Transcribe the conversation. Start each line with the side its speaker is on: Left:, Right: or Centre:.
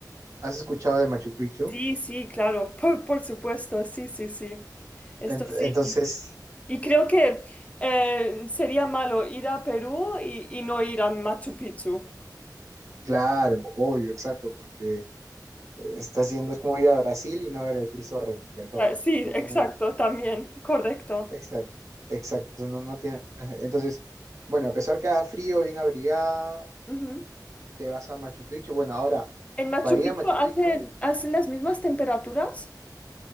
Right: ¿Has escuchado de Machu Picchu?
Left: Sí, sí, claro, por, por supuesto, sí, sí, sí. Esto
Right: Ent-
Left: sí.
Right: entonces,
Left: Y creo que eh, sería malo ir a Perú y, y no ir a Machu Picchu.
Right: claro, obvio, exacto, porque eh, está haciendo, es como ir a Brasil y no ver el Cristo Redentor,
Left: Ah,
Right: no,
Left: Sí,
Right: no, no tiene,
Left: exacto, también, correcto.
Right: exacto, exacto, no, no tiene, entonces, bueno, a pesar que haga frío, bien abrigada,
Left: Ujú.
Right: te vas a Machu Picchu, bueno, ahora,
Left: ¿En Machu
Right: para
Left: Picchu
Right: ir a Machu
Left: hacen,
Right: Picchu,
Left: hacen las mismas temperaturas?